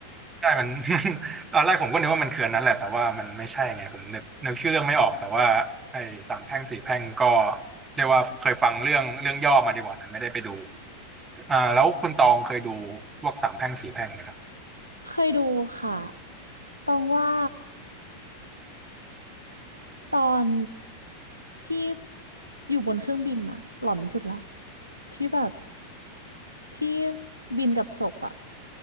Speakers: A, on the right (about 15°); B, on the right (about 85°).
A: ใช่มัน <laughs> ตอนแรกผมก็นึกว่ามันคืออันนั้นแหละแต่ว่ามันไม่ใช่ไงผมนึกนึกชื่อเรื่องไม่ออกแต่ว่าไอ้สามแพร่งสี่แพร่งก็เรียกว่าเคยฟังเรื่องเรื่องย่อมาดีกว่าแต่ไม่ได้ไปดูอ่าแล้วคุณตองเคยดูพวกสามแพร่งสี่แพร่งไหมครับ
B: เคยดูค่ะตองว่าตอนที่อยู่บนเครื่องบินน่ะหลอนสุดละที่แบบที่บินกับศพอะ